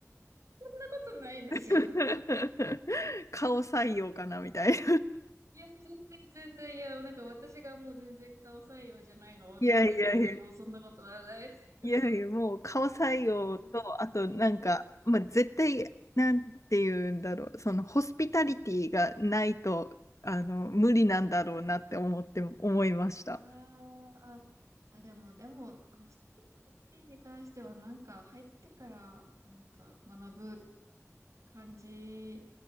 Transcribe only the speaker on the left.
<laughs> 顔採用かなみたいな。
いやいやいや、
いやいや、もう顔採用と、
あとなんか、
まあ、絶対、なんて言うんだろう、そのホスピタリティがないと、あの、無理なんだろうなって思って、思いました。